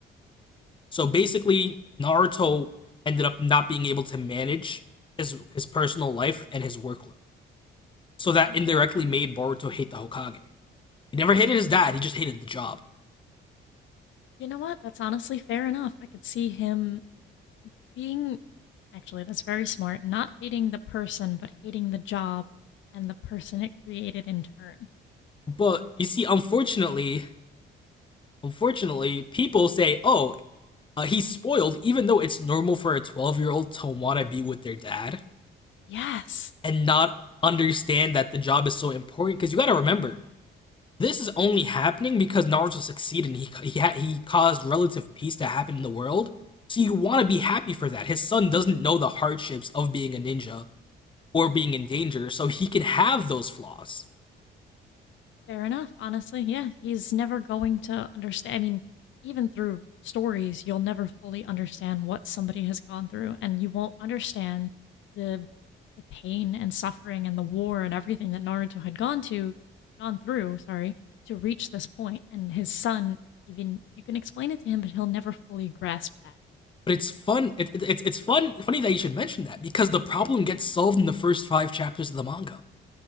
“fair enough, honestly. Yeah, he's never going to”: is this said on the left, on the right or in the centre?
Left